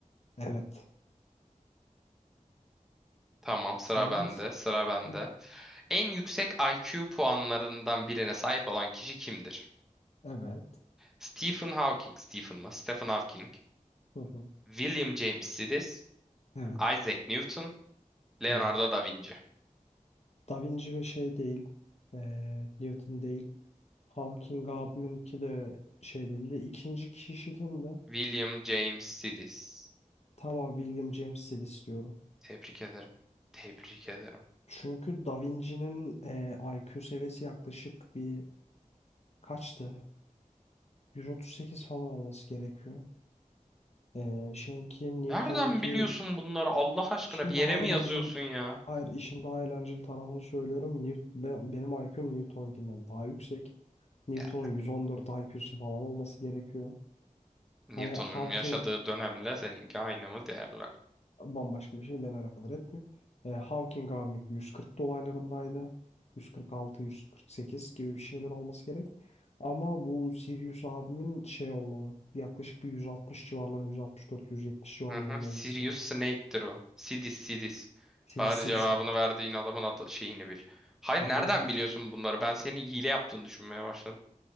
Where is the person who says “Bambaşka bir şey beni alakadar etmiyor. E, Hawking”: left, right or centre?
Left